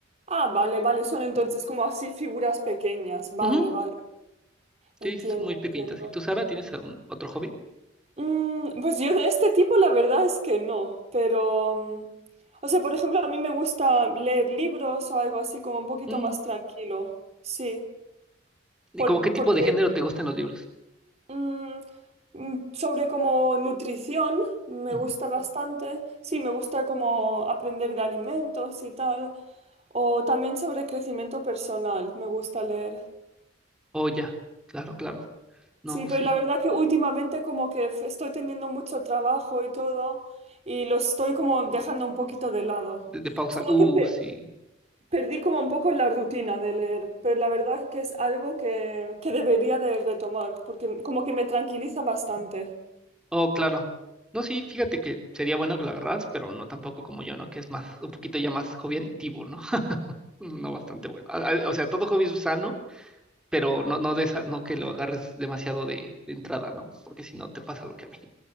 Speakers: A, on the right; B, in the centre.
A: Ah, vale, vale, son entonces como así figuras pequeñas. Vale,
B: Ujú,
A: vale, entiendo,
B: Sí, son muy pequeñitas.
A: entiendo.
B: ¿Y tú, Sara, tienes algún otro hobby?
A: Mm, pues yo de este tipo la verdad es que no, pero... mm, o sea, por ejemplo, a mí me gusta leer libros o algo así como un poquito
B: Mm,
A: más tranquilo. Sí,
B: ¿Y
A: por,
B: como qué tipo
A: porque
B: de género te gustan los libros?
A: Mm, mm, sobre como nutrición, me
B: Ujú.
A: gusta bastante. Sí, me gusta como aprender de alimentos y tal. O también sobre crecimiento personal, me gusta leer.
B: Oh, ya. Claro, claro. No,
A: Sí, pero
B: sí.
A: la verdad que últimamente como que f- estoy teniendo mucho trabajo y todo y lo estoy como dejando un poquito de lado.
B: De, de pausa.
A: Es como
B: Uh,
A: que pe-
B: sí.
A: perdí como un poco la rutina de leer, pero la verdad que es algo que, que debería de retomar porque como que me tranquiliza bastante.
B: Oh, claro. No, sí, fíjate que sería bueno que lo agarras, pero no tampoco como yo, ¿no? Que es más, un poquito ya más hobby adictivo, ¿no? No bastante bueno. A- a- O sea, todo hobby es sano, pero no, no de esa, no que lo agarres demasiado de, de entrada, ¿no? Porque si no te pasa lo que a mí.